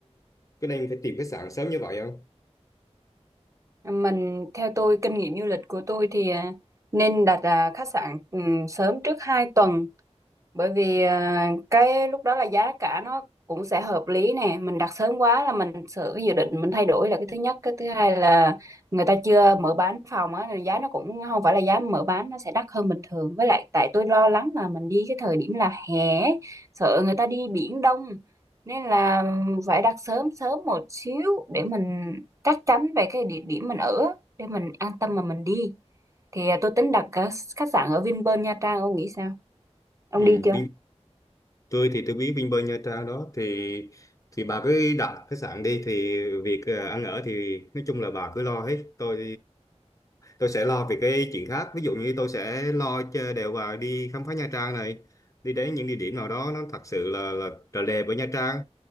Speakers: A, on the left (about 30°); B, on the right (about 25°).
A: có nên phải tìm khách sạn sớm như vậy không
B: Mình theo tôi kinh nghiệm du lịch của tôi thì à, nên đặt à, khách sạn ừm, sớm trước hai tuần bởi vì à, cái lúc đó là giá cả nó cũng sẽ hợp lý nè mình đặt sớm quá là mình sự cái dự định mình thay đổi là cái thứ nhất cái thứ hai là người ta chưa mở bán phòng á nên giá nó cũng không phải là giá mở bán nó sẽ đắt hơn bình thường với lại tại tôi lo lắng là mình đi cái thời điểm là hè ấy, sợ người ta đi biển đông nên là phải đặt sớm sớm một xíu để mình chắc chắn về cái địa điểm mình ở để mình an tâm mà mình đi thì à, tôi tính đặt à, khách sạn ở Vinpearl Nha Trang ông nghĩ sao ông
A: ừ,
B: đi chưa
A: tôi thì tôi biết Vinpearl Nha Trang đó thì thì bà cứ đặt khách sạn đi thì việc ờ, ăn ở thì nói chung là bà cứ lo hết tôi tôi sẽ lo về cái chuyện khác ví dụ như tôi sẽ lo cho đều bà đi khám phá Nha Trang này đi đến những địa điểm nào đó nó thật sự là là trời đẹp ở Nha Trang